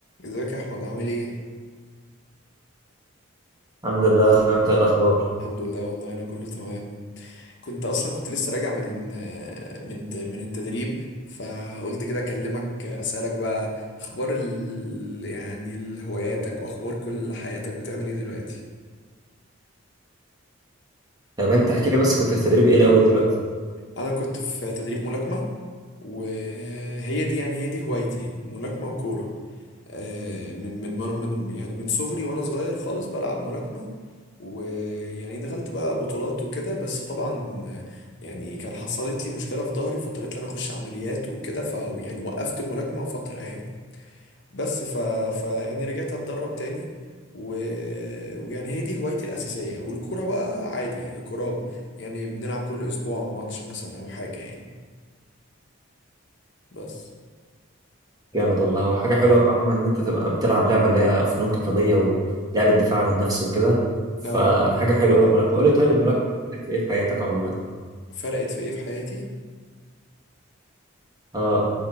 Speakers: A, on the left (about 55°); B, on the right (about 20°).
A: ازيك يا احمد عامل ايه
B: الحمد لله يا اخويا انت إيه الاخبار
A: الحمد لله والله انا كله تمام كنت اصلا كنت لسه راجع من من من التدريب فقلت كده اكلمك اسالك بقى اخبار ال... يعني ال- هواياتك واخبار كل حياتك بتعمل ايه دلوقتي
B: طب انت احكي لي بس كنت في تدريب ايه الاول دلوقتي
A: انا كنت في تدريب ملاكمة وهي دي يعني هي دي هوايتي ملاكمة وكورة آه، من من من من- يعني من صغري وانا صغير خالص بلعب ملاكمة ويعني دخلت بقى بطولات وكده بس طبعا آه، يعني كان حصلت لي مشكلة في ظهري فاضطريت ان انا اخش عمليات وكده ف يعني وقفت الملاكمة فترة يعني بس ف, ف يعني رجعت اتدرب تاني و... ويعني هي دي هوايتي الأساسية والكورة بقى عادي يعني الكورة يعني بنلعب كل أسبوع ماتش مثلا أو حاجة يعني بس
B: جامد والله هو حاجه حلوه قوي عموما ان انت تبقى بتلعب لعبه اللي هي فنون قتاليه ولعبه دفاع عن النفس وكده فحاجه
A: اه
B: حلوه قوي الملاكمه قول لي طيب الملاكمه بتفيدك في ايه في حياتك عموما
A: فرقت في ايه في حياتي
B: اه